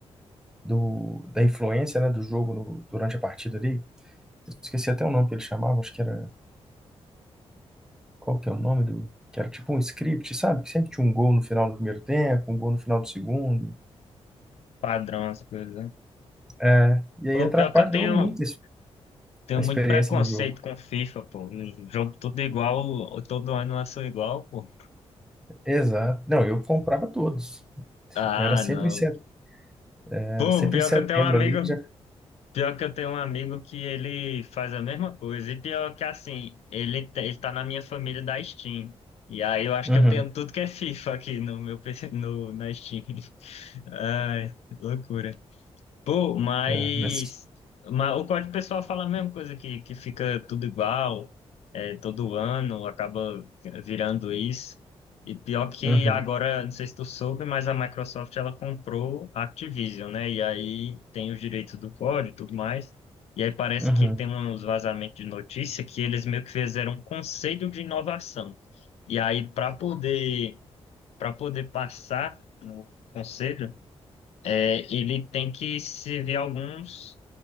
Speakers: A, in the centre; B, on the left.
A: do, da influência, né, do jogo no- durante a partida ali. Eu esqueci até o nome que ele chamava, acho que era... Qual que é o nome do... Que era tipo um script, sabe? Que sempre tinha um gol no final do primeiro tempo, um gol no final do segundo.
B: Padrão as coisas. né?
A: né? E aí
B: O
A: atrapalhou
B: pior que eu tenho,
A: muito esse-
B: tenho
A: a experiência
B: muito preconceito
A: do jogo.
B: com FIFA, pô. Um Jogo tudo igual, o- todo ano lançou igual, pô.
A: Exato. Não, eu comprava todos.
B: Ah,
A: Era sempre
B: não.
A: em setembro, era
B: Pô,
A: sempre
B: pior
A: em setembro
B: que eu tenho um amigo,
A: ali já.
B: pior que eu tenho um amigo que ele faz a mesma coisa. E pior que assim, ele, te- ele tá na minha família da Steam. E aí eu acho
A: Uhum,
B: que eu tenho tudo que é FIFA aqui no meu PC, no, na Steam. <laughs> Ai, loucura. Pô, mas,
A: é, mas-
B: mas o código pessoal fala a mesma coisa, que, que fica tudo igual, é, todo ano acaba virando isso. E pior que
A: uhum,
B: agora, não sei se tu soube, mas a Microsoft ela comprou a Activision, né? E aí tem os direitos do código e tudo mais. E aí parece
A: uhum.
B: que tem uns vazamentos de notícia que eles meio que fizeram um conselho de inovação. E aí, para poder, para poder passar no conselho, é, ele tem que se ver alguns,